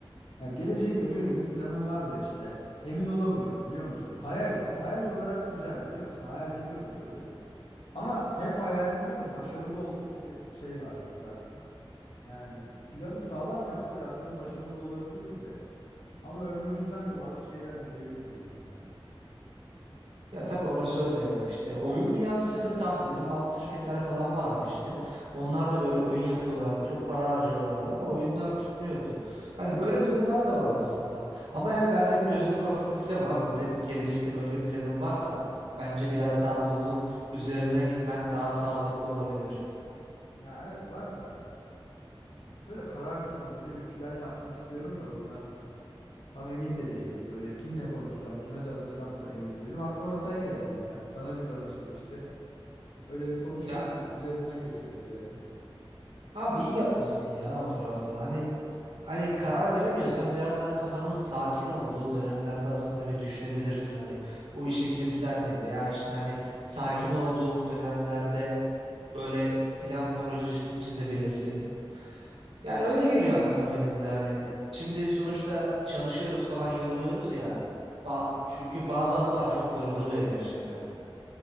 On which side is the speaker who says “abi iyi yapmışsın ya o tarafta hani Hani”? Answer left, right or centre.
Right